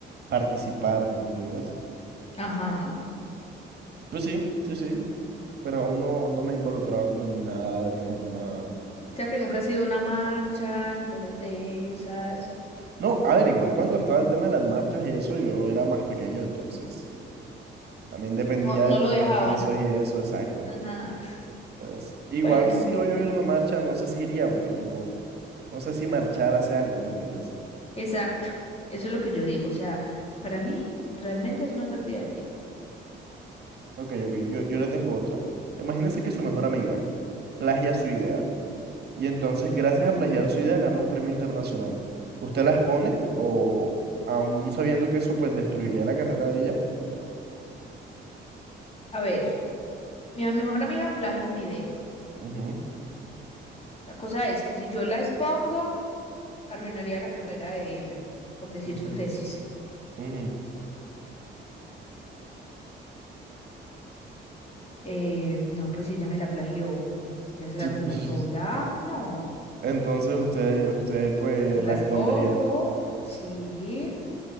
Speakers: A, on the right; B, on the left.
A: participar, ¿me entiendes?
B: Ajá.
A: Pues sí, sí, sí, pero aún no, no me he involucrado como en nada de forma...
B: O sea que nunca ha sido una marcha ni cosas de esas.
A: No, a ver, igual cuando estaba el tema de las marchas y eso, yo era más pequeño, entonces, también dependía
B: No, no
A: del
B: lo dejaban.
A: permiso y eso, exacto.
B: Ajá.
A: Pues igual
B: Bueno,
A: si hoy hubiera una marcha, no sé si iría, porque tipo, no sé si marchar hace algo, ¿me entiendes?
B: exacto. Eso es lo que yo digo. O sea, para mí realmente es una pérdida de tiempo.
A: Ok, ok, yo, yo le tengo otra. Imagínense que su mejor amiga plagia su idea y entonces gracias a plagiar su idea gana un premio internacional. ¿Usted la expone o aún sabiendo que eso pues destruiría la carrera de ella?
B: A ver, mi mejor amiga plagia mi idea.
A: Ujú,
B: La cosa es que si yo la expongo. arruinaría la carrera de ella, por decir
A: ujú,
B: su tesis.
A: ujú.
B: Eh, no, pues si ella me la plagió, ella se
A: <laughs>
B: la arruinó sola. No,
A: Entonces usted, usted pues
B: yo las
A: la expondría.
B: pongo, sí,